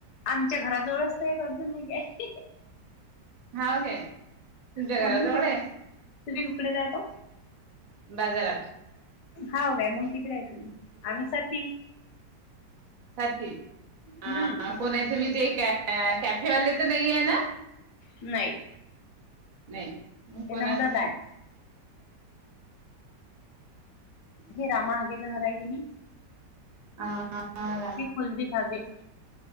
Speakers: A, on the left; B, on the right.
A: आमच्या घराजवळच ते अर्जुन हगे आहे.
B: हाव काय? तुमच्या
A: <unintelligible> तुम्ही
B: घराजवळ आहे
A: उकडे रायता.
B: बाजारात
A: हाव काय मंग तिकडे आहे तुम्ही आम्ही सती
B: साती
A: हम्म
B: अ कोण आहे तुम्ही ते कॅ कॅफेवाले तर नाही आहे ना.
A: नाही.
B: नाही मग
A: ते
B: कोणा
A: नम्रता
B: तुम्ही
A: आहे हे रामा हगेचं घर आहे की नी?
B: आं <unintelligible>
A: ते कुलदीप हगे.